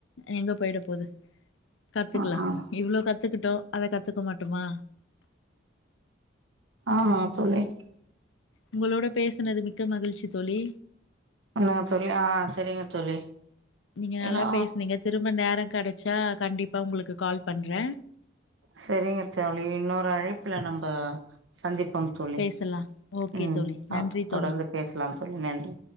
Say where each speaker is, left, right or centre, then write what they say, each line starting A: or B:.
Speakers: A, on the left (about 80°); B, on the right (about 85°).
A: எங்க போய்ட போது கத்துக்லா
B: ம் ம்
A: இவ்ளோ கத்துக்கிட்டோ அத கத்துக்க மாட்டோமா
B: ஆமா தோழி
A: உங்களோட பேசுனது மிக்க மகிழ்ச்சி தோழி
B: என்னங்க தோழி ஆ செரிங்க தோழி
A: நீங்க நல்லா
B: ஏன்னா
A: பேசுனீங்க திரும்ப நேரம் கெடச்சா கண்டிப்பா உங்களுக்கு கால் பண்றே
B: செரிங்க தோழி இன்னொரு அழைப்ல நம்ப சந்திப்போம் தோழி
A: பேசலா ஓகே
B: உம்
A: தோழி
B: சாப்டு
A: நன்றி
B: தொடர்ந்து
A: தோழி
B: பேசலாம் தோழி நன்றி